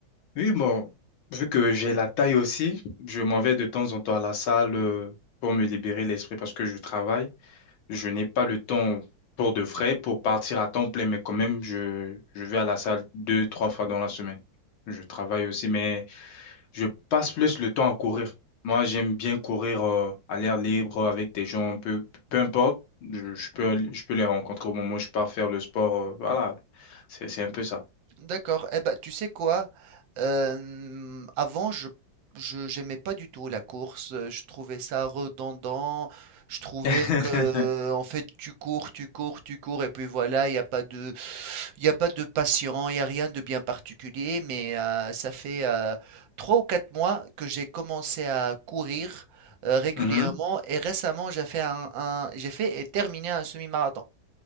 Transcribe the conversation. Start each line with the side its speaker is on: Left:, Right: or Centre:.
Left: Oui, bon, vu que j'ai la taille aussi, je m'en vais de temps en temps à la salle euh, pour me libérer l'esprit parce que je travaille. Je n'ai pas le temps pour de vrai, pour partir à temps plein, mais quand même, je, je vais à la salle deux, trois fois dans la semaine. Je travaille aussi, mais... Je passe plus le temps à courir. Moi, j'aime bien courir euh, à l'air libre avec des gens, peu, peu importe. Je, je peux, je peux les rencontrer au moment où je pars faire le sport. euh, voilà, c'est, c'est un peu ça.
Right: D'accord. Eh ben, tu sais quoi? Euh, avant, je je j'aimais pas du tout la course. euh, Je trouvais ça redondant. Je trouvais
Left: <laughs>
Right: que euh, en fait, tu cours, tu cours, tu cours, et puis voilà, il n'y a pas de Il n'y a pas de patient, il n'y a rien de bien particulier, mais euh, ça fait euh, trois ou quatre mois que j'ai commencé à courir euh, régulièrement
Left: Mhm.
Right: et récemment j'ai fait un, un- j'ai fait et terminé un semi-marathon.